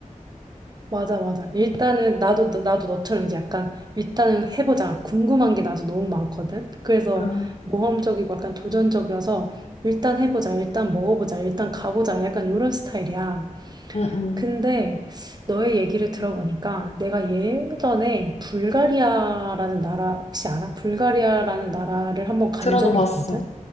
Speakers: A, on the right; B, on the left.
A: 맞아, 맞아. 일단은 나도, 너- 나도 너처럼 이제 약간 일단은 해보자. 궁금한 게 나도 너무 많거든? 그래서
B: 응,
A: 모험적이고 약간 도전적이어서 일단 해보자. 일단 먹어보자. 일단 가보자. 약간 이런 스타일이야.
B: 응, 응.
A: 근데 너의 얘기를 들어보니까 내가 예전에 불가리아라는 나라 혹시 알아? 불가리아라는 나라를 한번 간
B: 들어는
A: 적이
B: 봤어.
A: 있거든.